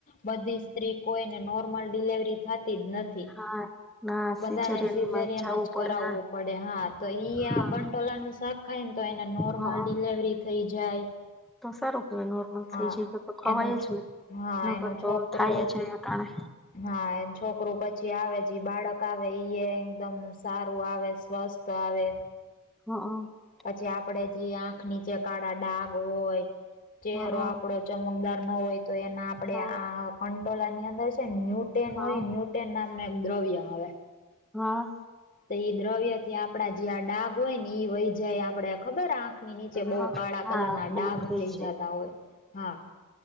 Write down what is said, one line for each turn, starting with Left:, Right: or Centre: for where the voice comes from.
Left: બધી સ્ત્રી કોઈને નોર્મલ ડિલવરી થતી જ નથી
Centre: હા ના
Left: બધાને
Centre: સિઝેરિયનમાં
Left: સિઝરિયાન
Centre: જવું
Left: જ
Centre: પડે
Left: કરાવવું પડે હા તો ઈ
Centre: હા
Left: આ ટોલાનું શાક ખાય ને તો એને નોર્મલ
Centre: હા
Left: ડિલેવરી થઈ જાય
Centre: તો સારું કેવાય નોર્મલ થઈ
Left: હા
Centre: જાય તો તો ખવાય
Left: એનું
Centre: જ ને
Left: હા
Centre: નગર
Left: એનો
Centre: તો
Left: છોકરો
Centre: થાય જ તણે
Left: હા એ છોકરું પછી આવે જે બાળક આવે એઈ એકદમ સારું આવે સ્વસ્થ આવે
Centre: હા હ
Left: પછી આપડે જે આંખ નીચે કાળ ડાગ હોય ચહેરો
Centre: હા
Left: આપડો ચમકદાર ન હોય તો એના આપડે
Centre: હા
Left: આ કંટોલા ની અંદર છે ન્ય ન
Centre: હા
Left: હોય ન્યૂટેન નામ ન એક દ્રવ્ય આવે
Centre: હા
Left: તો ઈ દ્રવ્ય થી આપણા જે આ ડાઘ હોય ને ઈ વય જાય આપણે ખબર આંખ નીચે બહુ
Centre: હા
Left: કાળા
Centre: હા
Left: કલર ના
Centre: બહુ
Left: ડાઘ થઈ
Centre: છે
Left: જતા હોય હા